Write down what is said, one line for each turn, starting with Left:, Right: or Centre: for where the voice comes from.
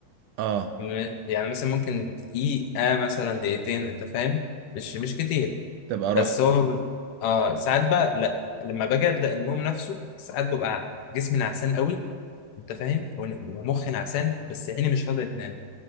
Right: اه
Left: م- يعني مثلا ممكن دقيقة مثلا دقيقتين انت فاهم مش مش كتير
Right: تبقى
Left: بس
Right: رحت
Left: هو اه ساعات بقى لا لما باجي ابدا النوم نفسه ساعات ببقى جسمي نعسان قوي انت فاهم ون- ومخي نعسان بس عيني مش راضيه تنام